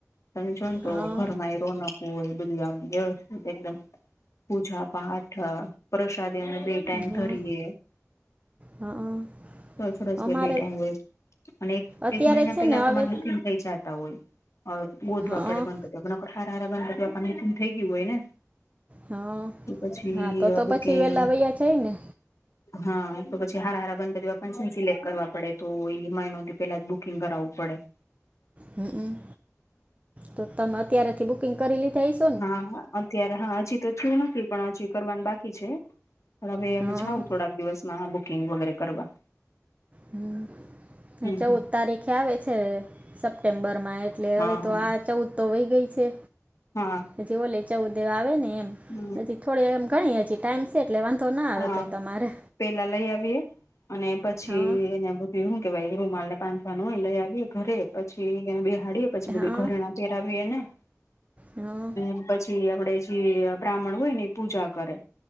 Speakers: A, on the left (about 65°); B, on the right (about 25°).
A: તમે જો ને
B: હા
A: તો ઘરમાં એ રોનકું હોય બધું હોય એકદમ પૂજા પાઠ પ્રસાદી અને બે ટમરીએ
B: હા હા હા.
A: સર બે ટાઈમ
B: અમારે
A: હોય અને એક
B: અત્યારે
A: એક મહિના
B: છે
A: પેલા
B: ને હવે
A: તમા બુકિંગ થઈ જતા હોય. ગોતવા
B: હા
A: પડે ગણપતિ સારા સારા ગણપતિ વાપ ન થઈ ગયું હોય ને.
B: હા
A: તો પછી
B: હા તો તો
A: બુકિંગ
B: પછી વેલા વૈયા જાય ને.
A: હા તો પછી હારા હારા બંધ કરવા પણિ કરવા પડે તો એ મહિનોથી પેલા જ બુકિંગ કરાવવું પડે.
B: હમમ તો તમે અત્યારેથી બુકિંગ કરી લીધાશ
A: હા અત્યારે હા હજી તો શું નથી પણ હજી કરવાનું બાકી છે હવે
B: હા
A: અમે જાઉ થોડાક દિવસ ના બુકિંગ વગેરે કરવા.
B: હમ.
A: હમ
B: ચૌદ
A: હમ
B: તારીખે આવે છે સપ્ટેમ્બરમાં એટલે
A: હા
B: હવે તો
A: હા
B: આ ચૌદ તોવાઈ ગઈ છે.
A: હા
B: પ ઓલે ચૌદ દેવા આવે ને એમ
A: હમ
B: થોડે એમ ગણી હજી ટાઈમ છે એટલે વાંધ તો ના આવે
A: હા
B: તોય તમારે.
A: પેલા લઈ આવીએ અને પછી
B: હા
A: એને વું કે ભાઈ એ રૂ માને પાંધવા ન હો લઈ આવીએ ઘરે પછી એને બ બેહાડીએે પછી બધું
B: હા
A: ઘરે ના વી એના
B: હા
A: હ પછી આપડે જે બ્રાહ્મણ હોય ને એ પૂજા કરે.